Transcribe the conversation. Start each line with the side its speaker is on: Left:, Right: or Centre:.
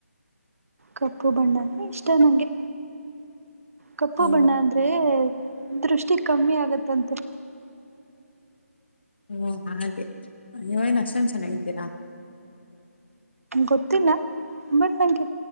Right: ಕಪ್ಪು ಬಣ್ಣ ಅಂದ್ರೆ ಇಷ್ಟ ನನ್ಗೆ ಕಪ್ಪು
Left: ಓ
Right: ಬಣ್ಣ ಅಂದ್ ದೆ ದೃಷ್ಟಿ ಕಮ್ಮಿ ಆಗುತ್ತಂತೆ.
Left: ಹ್ಮ ಹಾಗೆ ನೀವೇನ್ ಅಷ್ಟೊಂದ್ ಚೆನ್ನಾಗಿದ್ದೀರಾ.
Right: ಗೊತ್ತಿಲ್ಲ ಬಟ್ ನನ್ಗೆ